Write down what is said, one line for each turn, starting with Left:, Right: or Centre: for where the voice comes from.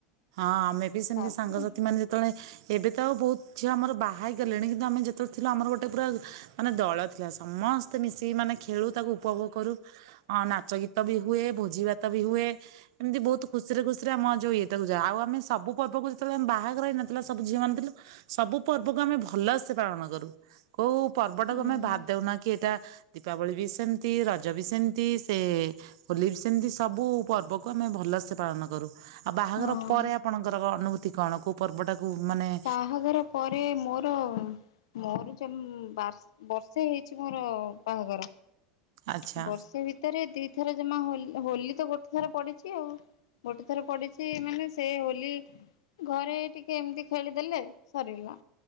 Right: ହଁ ଆମେ ବି ସେମିତି
Left: ତାପରେ
Right: ସାଙ୍ଗସାଥି ମାନେ ତଳେ, ଏବେ ତ ଆଉ ବୋହୁତ୍ ଝିଅ ଆମର ବାହା ହେଇଗଲେଣି। କିନ୍ତୁ ଆମେ ଯେତବେଳେ ଥିଲୁ ଆମର ଗୋଟେ ପୁରା ମାନେ ଦଳ ଥିଲା ସମସ୍ତେ ମିଶିକି ମାନେ ଖେଳୁ ତାକୁ ଉପଭୋଗ କରୁ। ହଁ ନାଚ ଗୀତ ବି ହୁଏ। ଭୋଜି ଭାତ ବି ହୁଏ। ଏମତି ବୋହୁତ୍ ଖୁସିରେ ଖୁସିରେ ଆମ ଯୋଉ ଇଏ ତାକୁ ଯାହା ହୋଉ ଆମେ ସବୁ ପର୍ବକୁ ଯେତବଳେ ଆମେ ବାହାଘର ହେଇ ନଥିଲା ସବୁ ଝିଅମାନେ ଥିଲୁ। ସବୁ ପର୍ବକୁ ଆମେ ଭଲସେ ପାଳନ କରୁ। କୋଉ ପର୍ବ ଟାକୁ
Left: ହୁଁ
Right: ଆମେ ବାଦ୍ ଦଉନା କି ଏଇଟା ଦୀପାବଳି ବି ସେମତି, ରଜ ବି ସେମତି ସେ ହୋଲି ବି ସେମତି ସବୁ ପର୍ବକୁ ଆମେ ଭଲସେ ପାଳନ କରୁ। ଆଉ ବାହାଘର
Left: ହଁ
Right: ପରେ ଆପଣଙ୍କର ଅନୁଭୂତି କଣ କୋଉ ପର୍ବଟାକୁ ମାନେ ଆପ
Left: ବାହାଘର ପରେ ମୋର ମୋର ଯମ ବା ବର୍ଷେ ହେଇଚି ମୋର ବାହାଘର।
Right: ଆଚ୍ଛା
Left: ବର୍ଷେ ଭିତରେ ଦିଥର ଜମା ହୋଲ ହୋଲି ତ ଗୋଟେ ଥର ପଡିଚି ଆଉ। ଗୋଟେ ଥର ପଡିଚି ମାନେ ସେ ହୋଲି ଘରେ ଟିକେ ଏମିତି ଖେଳିଦେଲେ ସରିଗଲା